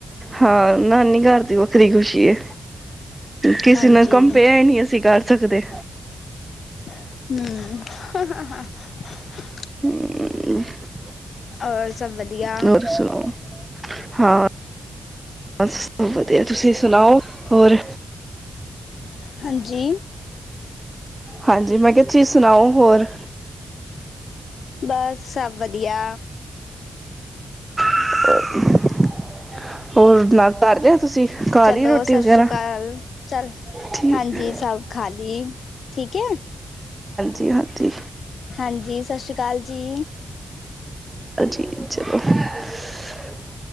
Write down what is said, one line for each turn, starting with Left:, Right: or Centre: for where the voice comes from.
Right: ਹਾਂ ਨਾਨੀ ਘਰ ਦੀ ਵੱਖਰੀ ਖ਼ੁਸ਼ੀ ਏ ਕਿਸੇ
Left: ਹਾਂਜੀ
Right: ਨਾਲ ਕੰਪੇਅਰ ਨਹੀਂ ਅਸੀਂ ਕਰ ਸਕਦੇ।
Left: ਹਮ <inaudible>
Right: <inaudible>
Left: ਔਰ ਸਭ ਵਧੀਆ
Right: ਹੋਰ ਸੁਣਾਓ ਹਾਂ ਬੱਸ ਸਭ ਵਧੀਆ ਤੁਸੀਂ ਸੁਣਾਓ ਹੋਰ
Left: ਹਾਂਜੀ
Right: ਹਾਂਜੀ ਮੈਂ ਕਿਹਾ ਤੁਸੀਂ ਸੁਣਾਓ ਹੋਰ
Left: ਬਸ ਸਭ ਵਧੀਆ
Right: <inaudible> ਹੋਰ <unintelligible> ਤੁਸੀਂ ਖਾ
Left: ਚਲੋ
Right: ਲਈ ਰੋਟੀ
Left: ਸਤ
Right: ਵਗੈਰਾ
Left: ਸ੍ਰੀ ਅਕਾਲ ਚੱਲ
Right: ਠੀਕ
Left: ਹਾਂਜੀ
Right: ਹੈ
Left: ਸਭ ਖਾਲੀ ਠੀਕ ਹੈ
Right: ਹਥੀ
Left: ਹਾਂਜੀ ਸਤਿ ਸ਼੍ਰੀ ਅਕਾਲ ਜੀ
Right: ਠੀਕ ਚਲੋ <unintelligible>